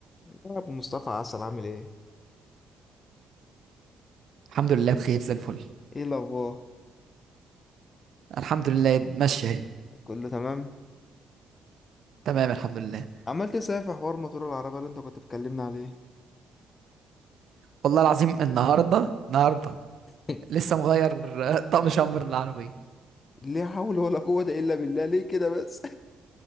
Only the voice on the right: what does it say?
الحمد لله بخير زي الفل
الحمد لله ماشية اهي
تمام الحمد لله
والله العظيم النهاردة النهاردة
لسه مغير <laughs> آه، طقم شامبر للعربية